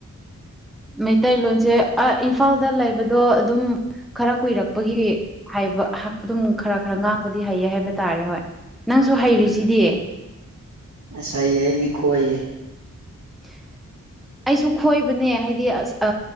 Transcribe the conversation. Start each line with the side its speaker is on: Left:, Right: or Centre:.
Centre: ꯃꯩꯇꯩꯂꯣꯟꯁꯦ ꯑ ꯏꯝꯐꯥꯜꯗ ꯂꯩꯕꯗꯣ ꯑꯗꯨꯝ ꯈꯔ ꯀꯨꯏꯔꯛ ꯄꯒꯤ ꯍꯥꯏꯕ ꯑꯗꯨꯝ ꯈꯔ ꯈꯔ ꯉꯥꯡꯕꯗꯤ ꯍꯩꯌꯦ ꯍꯥꯏꯕ ꯇꯥꯔꯦ ꯍꯣꯏ ꯅꯪꯁꯨ ꯍꯩꯔꯤꯁꯤꯗꯤ
Right: ꯎꯝ ꯑꯁ ꯑꯩꯗꯤ ꯈꯣꯏꯌꯦ
Centre: <inaudible> ꯑꯩꯁꯨ ꯈꯣꯏꯕꯅꯦ ꯍꯥꯏꯗꯤ ꯑꯁ